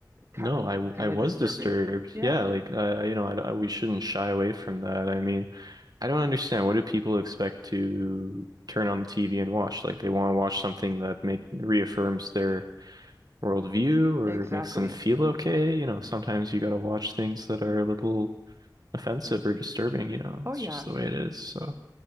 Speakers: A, on the right; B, on the right.
A: kind
B: No,
A: of
B: I w-
A: kind
B: I
A: of
B: was
A: disturbing.
B: disturbed.
A: Yeah,
B: Yeah, like uh, you know, I, I- we shouldn't shy away from that. I mean, I don't understand. What do people expect to turn on the TV and watch? Like they want to watch something that make reaffirms their worldview or
A: exactly.
B: makes them feel okay. You know, sometimes you gotta watch things that are a little offensive or disturbing, you know.
A: Oh
B: It's
A: yeah.
B: just the way it is. So